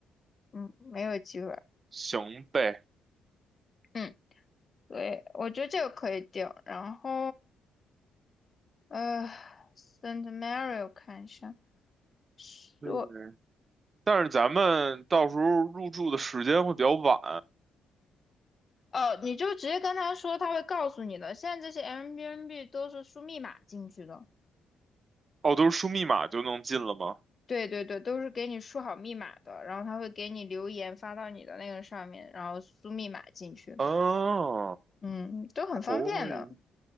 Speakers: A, on the left (about 35°); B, on the right (about 40°).
A: 嗯，没有积分儿
B: 行呗。
A: 嗯，对，我觉得这个可以定。然后呃，Saint Mary 我看一下，说
B: 嗯，但是咱们到时候入住的时间会比较晚。
A: 哦，你就直接跟他说，他会告诉你的。现在这些 Airbnb 都是输密码进去的。
B: 哦，都是输密码就能进了吗？
A: 对对对，都是给你输好密码的，然后他会给你留言发到你的那个上面，然后输密码进去。
B: 啊，
A: 嗯，都很方便的。
B: 可以。